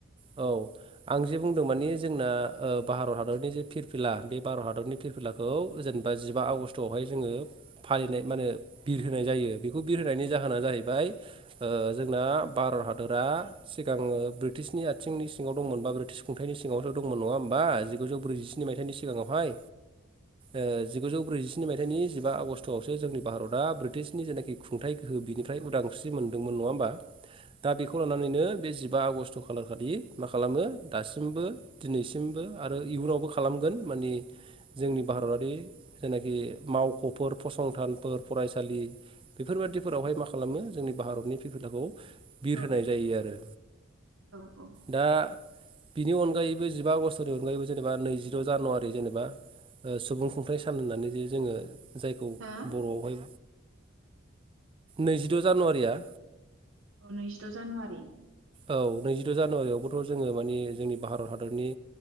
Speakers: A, on the right (about 25°); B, on the right (about 85°).
A: औ आं जे बुंदों माने जोंना भारत हादरनि जे फिरफिला बे भारत हादरनि फिरफिलाखौ जेनेबा जिबा आगष्टआवहाय जोङो फालिनाय माने बिरहोनाय जायो बेखौ बिरहोनायनि जाहोना जाहैबाय ओ जोंना भारत हादोरा सिगाङो ब्रिटिशनि आथिंनि सिङाव दंमोन बा ब्रिटिस खुंथायाइनि सिङावो दंमोन नङा होमबा जिगुजौ ब्रैजिस्नि मायथाइनि सिगाङावहाय ओ जिगुजौ ब्रैजिस्नि मायथाइनि जिबा आगष्टआवसो जोंनि भारतआ ब्रिटिसनि जेनाखि खुंथायाइ गोहो बिनिफ्राय उदांस्रि मोनदोंमोन नङा होमबा दा बेखौ लानानैनो बे जिबा आगष्ट खालार खालि मा खालामो दासिमबो दिनैसिमबो आरो इयुनावबो खालामगोन मानि जोंनि भारतारि
B: औ
A: जेनाखि मावख'फोर फसंथानफोर फरायसालि बेफोरबादिफोरावहाय मा खालामो जोंनि भारतनि फिरफिलाखौ बिर
B: औ
A: होनाय जायो आरो।
B: औ औ
A: दा बिनि अनगायैबो जिबा आगस्तनि अनगायैबो जेनेबा नैजिद' जानुवारि जेनेबा सुबुं खुंथाइ सान होननानै जे जोङो जायखौ
B: हा
A: बर'आवहाय नैजिद' जानुवारिया
B: औ नैजिद' जानुवारि।
A: औ नैजिद' जानुवारियावबोथ' जोङो माने जोंनि भारत हादरनि